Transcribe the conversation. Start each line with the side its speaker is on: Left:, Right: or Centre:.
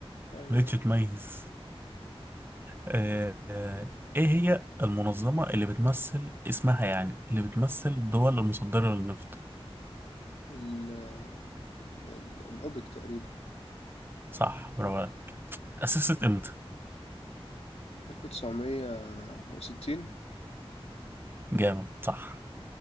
Left: ايوه
Right: مبقتش تميز آه، آه، إيه هي المنظمة اللي بتمثل اسمها يعني اللي بتمثل الدول المصدرة للنفط
Left: ال ال- ال- الأوبك تقريبا
Right: صح برافو عليك اتأسست إمتى
Left: 1960
Right: جامد صح